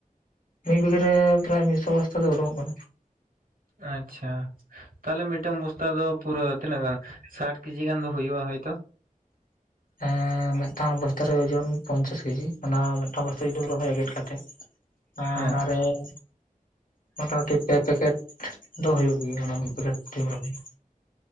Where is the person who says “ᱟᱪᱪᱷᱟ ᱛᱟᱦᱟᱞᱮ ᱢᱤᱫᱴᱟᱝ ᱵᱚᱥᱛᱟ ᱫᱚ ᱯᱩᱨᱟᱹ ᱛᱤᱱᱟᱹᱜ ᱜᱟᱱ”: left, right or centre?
Right